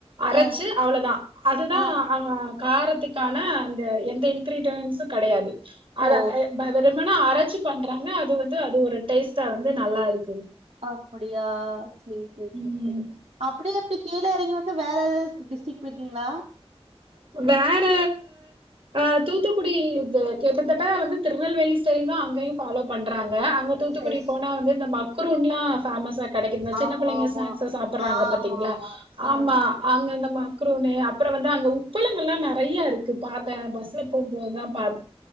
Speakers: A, on the right (about 55°); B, on the right (about 75°).
A: அரச்சு
B: அ,
A: அவ்ளதா அதுதா
B: அ, அ.
A: அவுங்க காரத்துக்கான அந்த எந்த இன்கிரீடியன்ஸு கெடையாது அத
B: ஓ!
A: வெ வெறுமன அரச்சு பண்றாங்க அது வந்து அது ஒரு டேஸ்ட்டா வந்து நல்லா இரு
B: அப்புடியா சேர் சேர் சேர்
A: ம்.
B: செரி அப்டியே எப்டி கீழ எறங்கி வந்து வேற எதாவது <unintelligible> டிஸ்ட்ரிக் போய்ருக்கீங்ளா
A: வேற அ தூத்துக்குடி ப எப்புதட்ட வந்து திருநெல்வேலி ஸ்டைல் தா அங்கயு ஃபாலோ பண்றாங்க அங்க தூத்துக்குடி
B: சரி.
A: போனா வந்து இந்த மக் மக்ரூன்லா ஃபேமஸா கெடைக்குது இந்த
B: ஆமா
A: சின்ன புள்ளைங்க
B: ஆமா.
A: ஸ்னாக்ஸு சாப்பற்றாங்க
B: ஆமாமா.
A: பாத்தீங்ளா
B: அ,
A: ஆமா அங்க அந்த மக்ரூனு அப்பறோ வந்து அ அங்க உப்பளங்கள்லா நெறைய இருக்கு பாக்க பஸ்ல போம்போதுதா பாத்